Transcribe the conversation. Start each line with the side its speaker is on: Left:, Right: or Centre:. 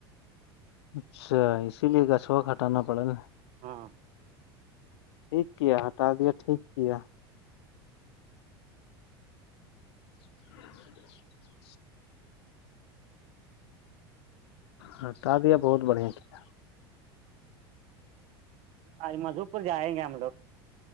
Left: اچھا اسی لیے گچھوا کٹانا پڑا نا
Right: ہاں
Left: ٹھ کیایا ہٹا دیا ٹھیک کیایا <inaudible> ہٹا دیا بہت بڑھیا کیا
Right: ا مدھو پور جائیں گے ہم لوگ